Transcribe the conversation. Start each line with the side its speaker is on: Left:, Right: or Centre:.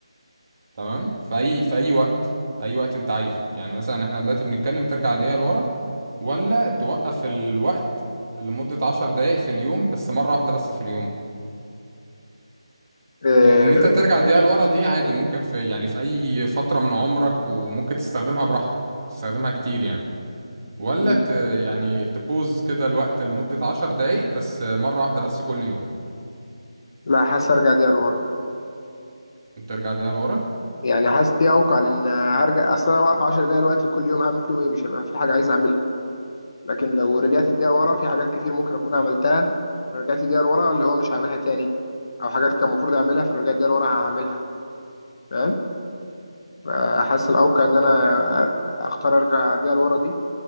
Right: تمام في اي في اي وقت اي وقت انت عايزه يعني مثلا احنا دلوقتي بنتكلم ترجع دقيقة لورا ولا توقف الوقت لمدة عشر دقايق في اليوم بس مرة واحدة بس في اليوم
Left: إيه.
Right: ان ان انت ترجع دقيقة لورا دي عادي ممكن في يعني في اي فترة من عمرك وممكن تستخدمها براحتك تستخدمها كتير يعني ولا
Left: مم.
Right: ت يعني تبوز كده الوقت لمدة عشر دقايق بس مرة واحدة بس كل يوم
Left: لا حاسس ارجع دقيقة لورا
Right: ترجع دقيقة لورا
Left: يعني حاسس دي اوقع لان هرجع اصل انا واقف 10 دقايق دلوقتي كل يوم هعمل فيهم ايه مش هيبقى في حاجة عايز اعملها لكن لو رجعت الدقيقة ورا في حاجات كتير ممكن اكون عملتها رجعت الدقيقة لورا اللي هو مش هعملها تاني او حاجات كان المفروض اعملها فرجعت الدقيقة لورا هعملها فاهم فحاسس الاوقع ان انا اختار ارجع بيها لورا دي